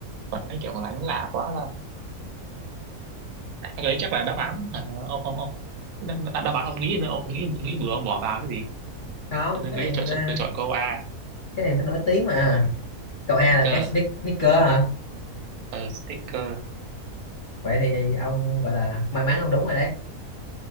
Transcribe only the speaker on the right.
còn cái kẹo còn lại nó lạ quá ra À, cái đấy chắc là đáp án ờ, ông ông ông đáp, đáp đáp án ông nghĩ ông nghĩ nghĩ bừa ông bỏ vào cái gì
tôi, tôi
nghĩ
chọn chọn
tôi chọn câu A
sticker
ờ sticker